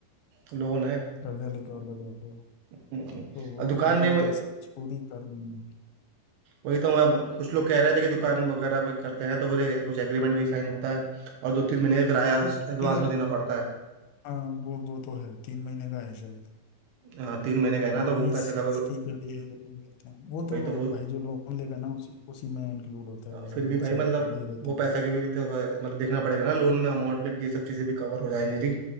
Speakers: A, on the right (about 75°); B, on the left (about 80°).
A: लोन है
B: कर्जा लेके और लगा रहे हो
A: हम्म,
B: तो वो
A: और दुकान
B: बड़ा
A: में मैं-
B: रिसर्च पूरी कर लेनी
A: वही तो मैं कुछ लोग कह रहे थे कि दुकान
B: है।
A: वगैरह में करते हैं तो फिर एक- कुछ एग्रीमेंट भी साइन होता है और दो तीन महीने का किराया
B: तो
A: एडवांस
B: तेरा
A: में देना पड़ता है
B: हाँ वो वो तो है तीन महीने का है शायद
A: हाँ तीन महीने का है ना
B: वो
A: तो
B: अपनी
A: वो पैसा
B: सेफ्टी
A: का
B: के लिए देते हैं वो तो
A: वही तो वो
B: भाई जो लोन लेगा ना उसी उसी में इंक्लूड होता है वो सब
A: फिर भी
B: वो
A: भाई
B: सब
A: मतलब
B: दे देते
A: वो
B: हैं
A: पैसा की भी तो, मतलब देखना पड़ेगा ना लोन में अमाउंट में भी ये सब चीज़ें भी कवर हो जाए मेरी